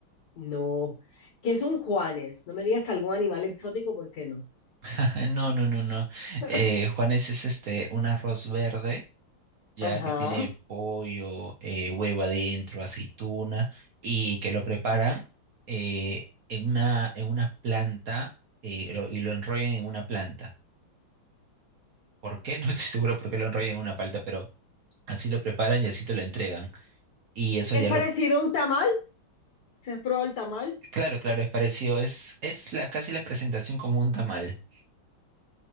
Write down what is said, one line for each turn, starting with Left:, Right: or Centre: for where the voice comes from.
Left: no. ¿Qué es un Juanes? No me digas que algún animal exótico, ¿por qué no?
Right: Ah, No, no, no, no.
Left: <laughs>
Right: Eh, Juanes es este un arroz verde, ya
Left: Ajá.
Right: que tiene pollo, eh, huevo adentro, aceituna, y que lo preparan eh, en una, en una planta eh, lo- y lo enrollan en una planta. ¿Por qué? <laughs> No estoy seguro por qué lo enrollan en una planta, pero así lo preparan y así te lo entregan. Y eso
Left: Es
Right: ya
Left: parecido
Right: lo,
Left: a un tamal. ¿Se has probado el tamal?
Right: claro, claro, es parecido, es, es la, casi la presentación como un tamal,